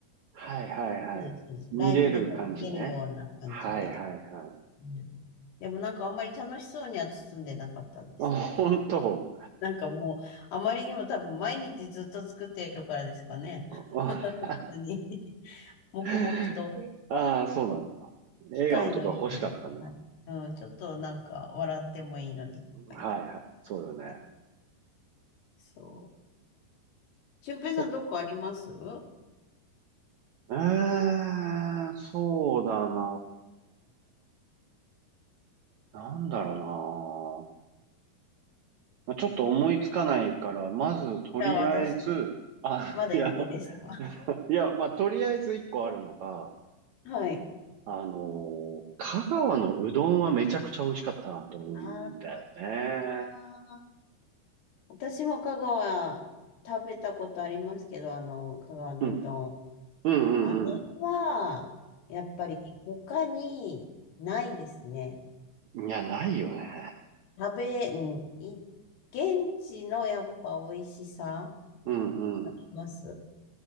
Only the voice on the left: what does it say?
そうです、そうです。
ライブでこう見えるような感じで。
うんでもなんかあんまり楽しそうには包んでなかったんですけど。
なんかもう、あまりにも多分毎日ずっと作っているからですかね。
<laughs> 別に。黙々と。
機械のようになる。はいうん、ちょっとなんか笑ってもいいのに。こういなんか
ねそう。俊平さん、
どこありますじ
ゃあ私、
まだ言っていいですか
<laughs> はい。
ああ、私も香川食べたことありますけど、あの、香川のうどん。
あれは、
やっぱり他にないですね。
食べ、うん、い、現地のやっぱ美味しさ
あります。